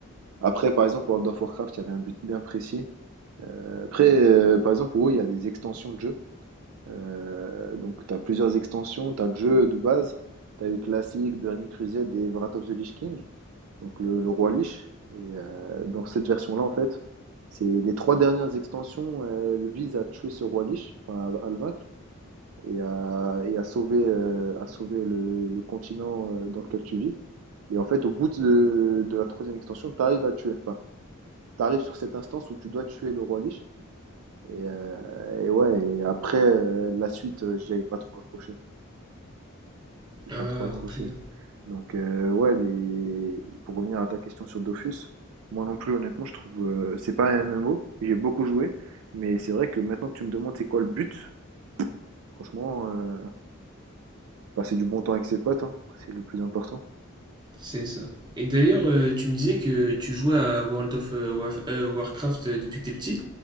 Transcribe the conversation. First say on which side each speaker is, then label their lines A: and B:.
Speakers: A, on the right; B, on the right.
A: Après, par exemple, World of Warcraft, il y avait un but bien précis. Après, euh, par exemple, WoW, il y a des extensions de jeux. Euh, donc, tu as plusieurs extensions. Tu as le jeu de base. Tu as eu Classic, Burning Crusade et Wrath of the Lich King, donc le, le Roi Lich. Et euh, dans cette version-là, en fait, c'est les trois dernières extensions, elles visent à tuer ce Roi Lich, enfin, à, à le vaincre et à, et à sauver, euh, à sauver le, le continent euh, dans lequel tu vis. Et en fait, au bout de, de la troisième extension, tu arrives à tuer. Enfin, tu arrives sur cette instance où tu dois tuer le roi Lich. Et, euh, et ouais, et après, euh, la suite, euh, j'y avais pas trop accroché. j'ai
B: Ah
A: pas trop accroché.
B: ok,
A: Donc, euh, ouais, les... pour revenir à ta question sur Dofus, moi non plus, honnêtement, je trouve euh, c'est pas un MMO. J'ai beaucoup joué, mais c'est vrai que maintenant que tu me demandes c'est quoi le but, franchement, euh, passer du bon temps avec ses potes, hein, c'est le plus important.
B: c'est ça. Et d'ailleurs, euh, tu me disais que tu jouais à World of euh, Waf- euh, Warcraft euh, depuis que t'es petit,